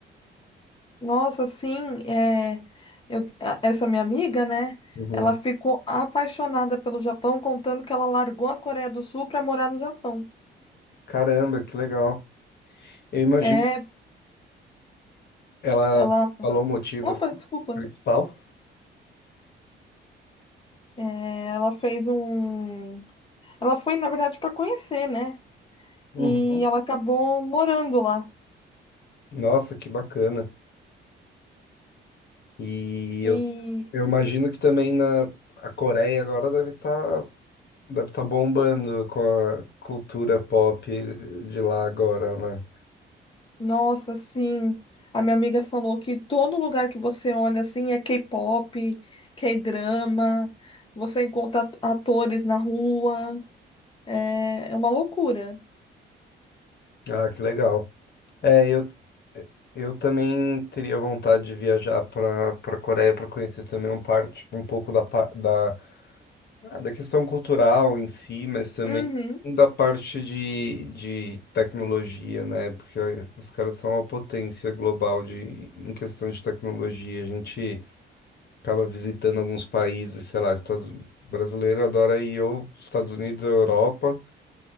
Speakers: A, on the left; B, on the left.
A: Nossa, sim, é, eu- a- essa minha amiga, né?
B: Uhum.
A: Ela ficou apaixonada pelo Japão, contando que ela largou a Coreia do Sul para morar no Japão.
B: Caramba, que legal. Eu imagino.
A: É,
B: Ela
A: ela.
B: falou o motivo
A: Opa,
B: assim,
A: desculpa.
B: principal.
A: É, ela fez um. Ela foi, na verdade, para conhecer, né?
B: Uhum.
A: E ela acabou morando lá.
B: Nossa, que bacana. E
A: E,
B: eu, eu imagino que também na a Coreia agora deve estar deve tá bombando com a cultura pop de lá agora, né?
A: nossa, sim. A minha amiga falou que todo lugar que você olha assim é K-pop, K-drama, você encontra at- atores na rua. É, é uma loucura.
B: Ah, que legal. É, eu, eu também teria vontade de viajar para para Coreia para conhecer também um parte um pouco da pa- da, ah, da questão cultural em si, mas também
A: Uhum.
B: da parte de, de tecnologia, né? Porque os caras são uma potência global de em questão de tecnologia. A gente acaba visitando alguns países, sei lá, Estados brasileiro adora ir ou Estados Unidos ou Europa.